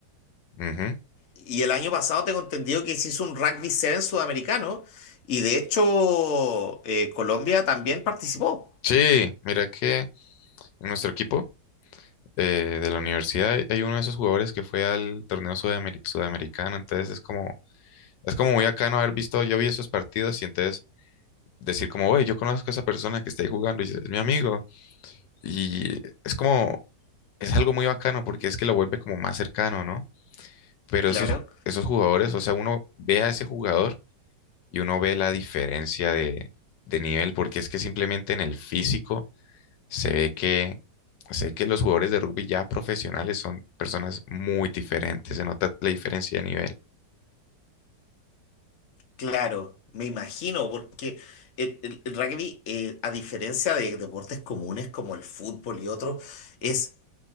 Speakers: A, on the left; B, on the left.
A: Ujú.
B: Y el año pasado tengo entendido que se hizo un Rugby 7 sudamericano y de hecho eh, Colombia también participó.
A: Sí, mira que en nuestro equipo eh, de la universidad hay hay uno de esos jugadores que fue al torneo sudamer- sudamericano, entonces es como, es como muy acá no haber visto, yo vi esos partidos y entonces decir como, oye, yo conozco a esa persona que está ahí jugando y es mi amigo. Y es como, es algo muy bacano porque es que lo vuelve como más cercano, ¿no? pero
B: Claro,
A: esos, ju- esos jugadores, o sea, uno ve a ese jugador y uno ve la diferencia de, de nivel, porque es que simplemente en el físico se ve que, sé que los jugadores de rugby ya profesionales son personas muy diferentes, se nota la diferencia de nivel.
B: claro, me imagino, porque el, el- el rugby, eh, a diferencia de deportes comunes como el fútbol y otros, es,